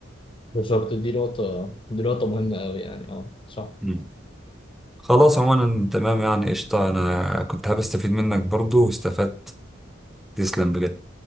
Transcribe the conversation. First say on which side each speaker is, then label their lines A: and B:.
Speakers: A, on the left; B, in the centre.
A: بالظبط دي نقطه دي نقطه مهمه قوي يعني اه صح
B: مم. خلاص عموما تمام يعني قشطه انا كنت حابب استفيد منك برضه واستفدت تسلم بجد